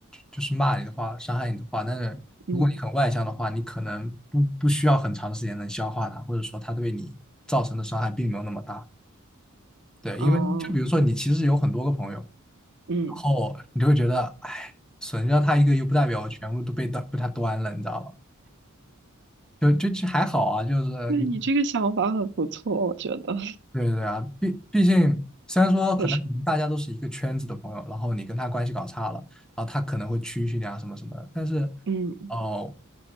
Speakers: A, in the centre; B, on the right.
A: 就是骂你的话，伤害你的话，但是如果你很外向的话，
B: 嗯，
A: 你可能不不需要很长的时间能消化它，或者说它对你造成的伤害并没有那么大。对，因为就比如说你其实有很多个朋友。
B: 哦，嗯。
A: 然后你就会觉得，哎，损掉他一个又不代表我全部都被端被他端了，你知道吧？就就就还好啊，就是你，
B: 对你这个想法很不错，我觉得
A: 对对对啊，毕毕竟虽然说可能你们大家都是一个圈子的朋友，
B: 就是，
A: 然后你跟他关系搞差了，然后他可能会蛐蛐你啊什么什么的，但是
B: 嗯，
A: 哦，